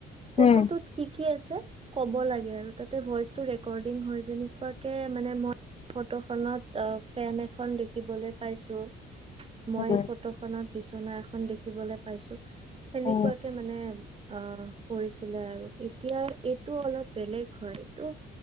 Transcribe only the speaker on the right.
ফটোটোত
কি কি আছে ক'ব লাগে আৰু তাতে ভইচ টো ৰেকৰ্ডিং হয় যেনেকুৱাকে মানে মই ফটোখনত ফেন এখন দেখিবলৈ পাইছো মই
ফটোখনত বিচনা এখন দেখিবলৈ পাইছো সেনেকুৱাকে
মানে অ কৰিছিলে আৰু এতিয়া এইটো অলপ বেলেগ হয় এইটো